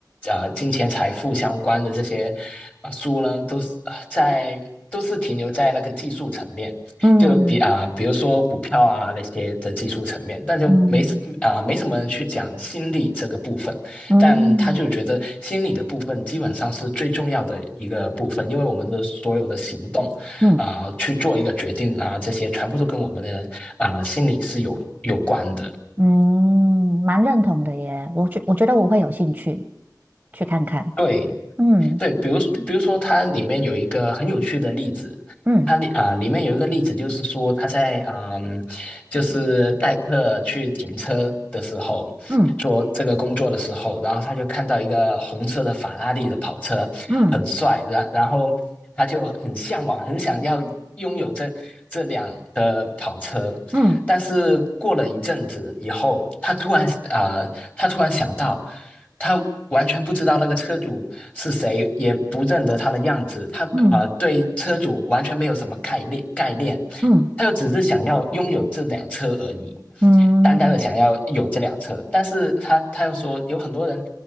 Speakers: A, on the left (about 20°); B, on the right (about 20°).
A: 呃金钱财富相关的这些呃书呢，都是呃在都是停留在那个技术层面。
B: 嗯
A: 就比啊、比如说股票啊那些的技术层面，但就没什啊、
B: 嗯
A: 没什么人去讲心理这个部分。
B: 嗯
A: 但他就觉得心理的部分基本上是最重要的一个部分，因为我们的所有的行动啊、
B: 嗯
A: 去做一个决定啊、这些全部都跟我们的啊、心理是有有关的。
B: 嗯，蛮认同的耶。我觉我觉得我会有兴趣去看看。
A: 对，
B: 嗯
A: 对，比如比如说，它里面有一个很有趣的例子，
B: 嗯
A: 它里啊、里面有一个例子，就是说他在嗯、就是代客去停车的时候，
B: 嗯
A: 做这个工作的时候，然后他就看到一个红色的法拉利的跑车，
B: 嗯
A: 很帅，然然后他就很向往，很想要拥有这这辆的跑车，
B: 嗯
A: 但是过了一阵子以后，他突然啊、他突然想到，他完全不知道那个车主是谁，也不认得他的样子，他呃对车主完全没有什么概念概念，
B: 嗯嗯
A: 他就只是想要拥有这辆车而已，
B: 嗯
A: 单单的想要有这辆车。但是他他又说，有很多人